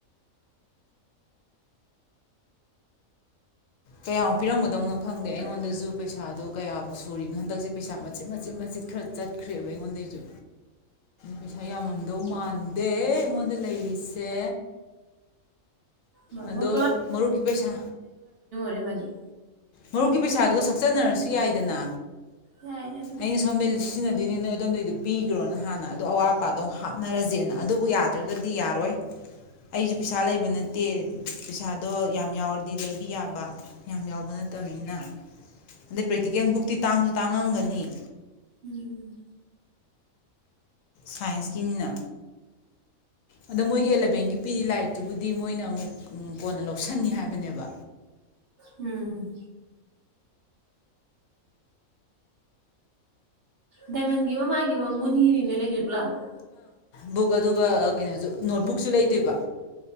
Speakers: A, on the left (about 70°); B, on the right (about 50°).
A: ꯀꯌꯥꯃꯨꯛ ꯄꯤꯔꯝꯒꯗꯕꯅꯣ ꯈꯪꯗꯦ ꯑꯩꯉꯣꯟꯗꯁꯨ
B: ꯀ-
A: ꯄꯩꯁꯥꯗꯣ ꯀꯌꯥꯕꯨ ꯁꯨꯔꯤꯕꯅꯣ ꯍꯟꯗꯛꯁꯦ ꯄꯩꯁꯥ ꯃꯆꯤꯠ ꯃꯆꯤꯠ ꯃꯆꯤꯠ ꯈꯔ ꯆꯠ ꯈ꯭ꯔꯦꯕ ꯑꯩꯉꯣꯟꯗꯩꯁꯨ ꯄꯩꯁꯥ ꯌꯥꯝꯃꯝꯗꯧ ꯃꯥꯟꯗꯦ ꯑꯩꯉꯣꯟꯗ ꯂꯩꯔꯤꯁꯦ
B: ꯃꯥ
A: ꯑꯗꯣ
B: ꯃꯣꯏ
A: ꯃꯔꯨꯞꯀꯤ ꯄꯩꯁꯥ
B: ꯃꯣꯏꯕꯅꯤ
A: ꯃꯔꯨꯞꯀꯤ ꯄꯩꯁꯥꯗꯨꯒ ꯁꯛꯆꯟꯅꯔꯁꯨ ꯌꯥꯏꯗꯅ
B: ꯌꯥꯏꯅꯦ ꯑꯗꯨꯕꯨꯗꯤ
A: ꯑꯩꯅ ꯁꯣꯝꯗꯩꯩ ꯁꯤꯖꯤꯟꯅꯗꯣꯏꯅꯤꯅ ꯅꯣꯏ ꯑꯗꯣꯝꯗꯩꯗꯣ ꯄꯤꯈ꯭ꯔꯣꯅ ꯍꯥꯟꯅ ꯑꯗꯣ ꯑꯋꯥꯠ ꯑꯄꯥꯗꯣ ꯍꯥꯞꯅꯔꯁꯦꯅ ꯑꯗꯨꯕꯨ ꯌꯥꯗ꯭ꯔꯒꯗꯤ ꯌꯥꯔꯣꯏ ꯑꯩꯁꯨ ꯄꯩꯁꯥ ꯂꯩꯕ ꯅꯠꯇꯦ ꯄꯩꯁꯥꯗꯣ ꯌꯥꯝ ꯌꯥꯎꯔꯗꯤ ꯂꯩꯕꯤ ꯌꯥꯕ ꯌꯥꯝ ꯌꯥꯎꯕ ꯅꯠꯇꯕꯅꯤꯅ ꯑꯗꯩ ꯄ꯭ꯔꯦꯛꯇꯤꯀꯦꯜ ꯕꯨꯛꯇꯤ ꯇꯥꯡꯁꯨ ꯇꯥꯡꯉꯝꯒꯅꯤ
B: ꯎꯝ
A: ꯁꯥꯏꯟꯁꯀꯤꯅꯤꯅ ꯑꯗꯣ ꯃꯣꯏꯒꯤ ꯑꯦꯂꯚꯦꯟꯒꯤ ꯄꯤꯔꯤ ꯂꯥꯏꯔꯤꯛꯇꯨꯕꯨꯗꯤ ꯃꯣꯏꯅ ꯑꯃꯨꯛ ꯀꯣꯟꯅ ꯂꯧꯁꯤꯟꯅꯤ ꯍꯥꯏꯕꯅꯦꯕ
B: ꯎꯝ ꯗꯥꯏꯃꯟꯒꯤ ꯑꯃ ꯃꯥꯒꯤ ꯑꯃ ꯃꯣꯏ ꯑꯅꯤꯒꯤꯅ <unintelligible>
A: ꯕꯨꯛ ꯑꯗꯨꯒ ꯀꯩꯅꯣꯁꯨ ꯅꯣꯠ ꯕꯨꯛꯁꯨ ꯂꯩꯗꯣꯏꯕ